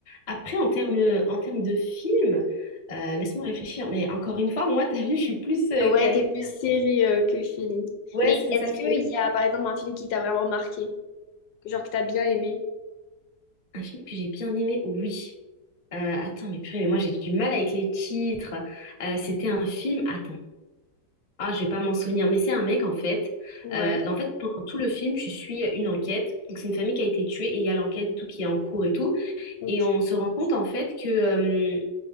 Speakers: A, on the left; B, on the left.
A: Après, en termes, en termes de film, euh, laisse-moi réfléchir. Mais encore une fois, moi, <laughs> t'as vu, je suis plus euh,
B: Ouais,
A: calée.
B: t'es plus série euh, que film.
A: Ouais,
B: Mais
A: c'est
B: est-ce
A: ça.
B: qu'il
A: c'est
B: y a, par exemple, un film qui t'a vraiment marqué? Genre que t'as bien aimé.
A: Un film que j'ai bien aimé, oui. Euh, attends, mais purée, mais moi, j'ai du mal avec les titres. Euh, c'était un film... Attends. Ah, je vais pas m'en souvenir, mais c'est un mec en fait.
B: Ouais.
A: Euh, en fait, pendant tout le film, tu suis une enquête. Donc, c'est une famille qui a été tuée et il y a l'enquête et tout qui est en cours et tout.
B: Ok.
A: Et on se rend compte en fait que euh,